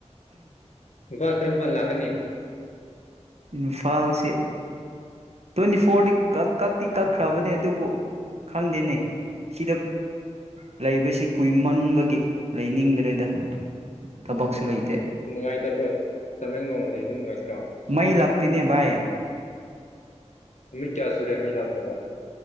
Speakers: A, on the left; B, on the right.
A: ꯎ ꯀ ꯀ꯭ꯔꯝ ꯀ ꯂꯥꯛꯀꯅꯤ
B: ꯏꯝꯐꯥꯜꯁꯦ ꯇ꯭ꯋꯦꯟꯇꯤ ꯐꯣꯔꯗꯤ ꯀ ꯀꯛꯇꯤ ꯀꯛꯈ꯭ꯔꯕꯅꯦ ꯑꯗꯨꯕꯨ ꯈꯪꯗꯦꯅꯦ ꯁꯤꯗ ꯂꯩꯕꯁꯦ ꯀꯨꯏꯃꯟꯕꯒꯤ ꯂꯩꯅꯤꯡꯗ꯭ꯔꯦꯗ ꯊꯕꯛꯁꯨ ꯂꯩ
A: ꯅꯨꯡꯉꯥꯏꯇꯕ꯭ꯔꯣ ꯇꯃꯦꯡꯂꯣꯡ ꯂꯩꯕ ꯅꯨꯡꯉꯥꯏꯇ꯭ꯔꯣ
B: ꯑ ꯂꯥꯛꯅꯦ ꯥꯏ
A: ꯅꯨꯃꯤꯠ ꯀꯌꯥ ꯁꯨꯔꯦ ꯃꯩ ꯂꯥꯛꯇꯕ